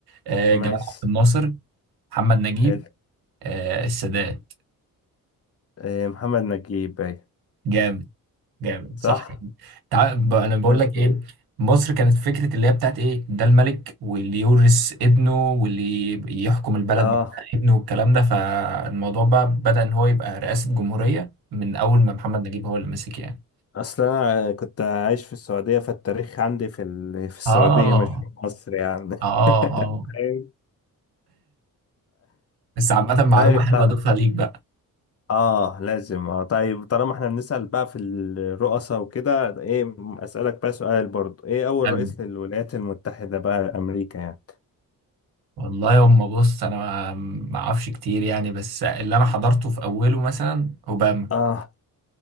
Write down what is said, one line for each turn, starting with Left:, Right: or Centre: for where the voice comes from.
Right: آه،
Left: ماشي
Right: جمال عبد الناصر محمد نجيب
Left: حلو
Right: آه، السادات
Left: آه، محمد نجيب أيوة.
Right: جامد جامد
Left: صح
Right: صح تع- ب- انا بقول
Left: لا،
Right: لك ايه
Left: طيب.
Right: مصر كانت فكره اللي هي بتاعت ايه ده الملك واللي يورث ابنه واللي يب- يحكم البلد
Left: اه
Right: بعد ابنه والكلام ده فالموضوع بقى بدأ ان هو يبقى رئاسه جمهوريه من اول ما محمد نجيب هو اللي مسك يعني
Left: اصل انا كنت عايش في السعوديه فالتاريخ عندي في ال... في السعوديه
Right: اه
Left: مش في مصر يعني
Right: اه
Left: <laughs>
Right: اه
Left: أيوة.
Right: بس عامه معلومه
Left: طيب
Right: حلوه
Left: طيب.
Right: اضيفها ليك بقى
Left: اه لازم اه طيب طالما احنا بنسال بقى في الرؤساء وكده ايه اسالك بقى سؤال برضو ايه اول
Right: حلو
Left: رئيس للولايات المتحده بقى لامريكا يعني
Right: والله يما بص انا ما ما اعرفش كتير يعني بس اللي انا حضرته في اوله مثلا اوباما
Left: اه